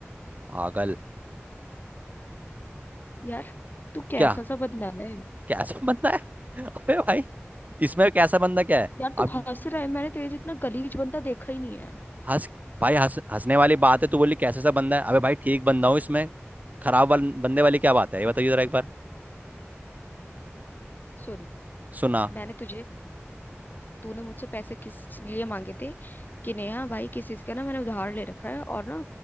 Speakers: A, on the right (about 35°); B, on the left (about 40°).
A: पागल
B: यार तू कैसा
A: क्या
B: सा बंदा है
A: कैसा बंदा है अबे भाई इसमें कैसा बंदा क्या है
B: यार तू
A: अब
B: हंस रहा है मैंने तेरे जितना गलीज बंदा देखा ही नहीं है
A: हंस भाई हंस हंसने वाली बात है तू बोली कैसा सा बंदा है अबे भाई ठीक बंदा हूँ इसमें खराब वाल, बंदे वाली क्या बात है ये बताइए जरा एक बार
B: सुन
A: सुना
B: मैंने तुझे तूने मुझसे पैसे किस लिए मांगे थे कि नेहा भाई किस चीज का ना मैंने उधार ले रखा है और ना